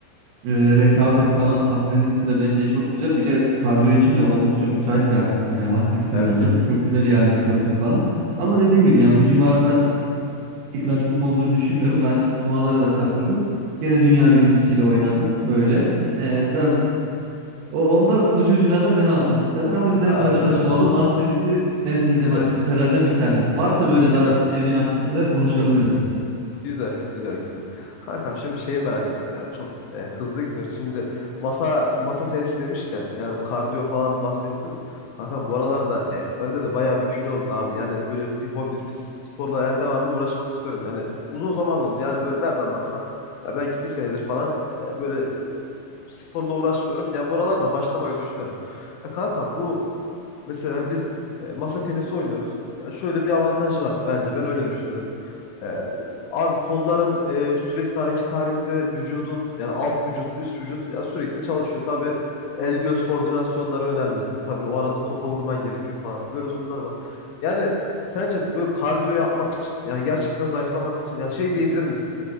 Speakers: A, on the right; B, on the left.
A: e, rekabet falan masa tenisinde bence çok güzel. Bir de kardiyo için de oldukça müsait bir e, aktivite
B: Evet
A: bence.
B: evet.
A: Çok güzel
B: Kesinlikle.
A: iyi ayaklıyorsun falan. Ama dediğim gibi
B: Hı hı.
A: yani bu civarda ilk rakibim olduğunu düşünmüyorum. Zaten turnuvalara da katıldım. Gene dünya birincisiyle oynadım. Öyle. E, biraz O onda ucu ucuna da ben aldım bu sefer ama güzel
B: Anladım.
A: karşılaşma oldu. Masa tenisi en sevdiğim
B: Güzel.
A: aktivitelerden bir tanesi. Varsa böyle daha
B: Güzel.
A: sevdiğin aktiviteler konuşabiliriz.
B: Güzel, güzel, güzel. Kankam şimdi şeyi merak ettim yani çok e, hızlı gidiyoruz. Şimdi masa masa tenisi demişken yani kardiyo falan bahsettim. Kankam bu aralarda e, bende de bayağı bir kilo oldu abi. Yani böyle bir hobi, bir sporla yani devamlı uğraşmak istiyorum. Yani uzun zaman oldu. Yani böyle nereden baksan ya belki bir senedir falan e, böyle sporla uğraşmıyorum. Ya bu aralarda başlamayı düşünüyorum. Ya kanka bu mesela biz e, masa tenisi oynuyoruz. Ya şöyle bir avantajı var bence. Ben öyle düşünüyorum. E, abi kolların e, sürekli hareket halinde vücudun yani alt vücut, üst vücut ya sürekli çalışıyor. Tabii el göz koordinasyonları önemli. Tabii o arada topa vurman gerekiyor falan. Böyle durumlar var. Yani sence böyle kardiyo yapmak için yani gerçekten zayıflamak için yani şey diyebilir misin?